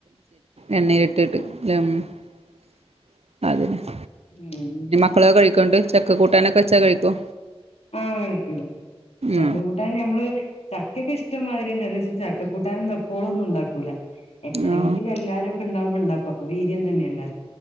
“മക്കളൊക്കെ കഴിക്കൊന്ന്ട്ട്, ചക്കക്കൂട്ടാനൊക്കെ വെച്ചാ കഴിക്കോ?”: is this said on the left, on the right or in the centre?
Right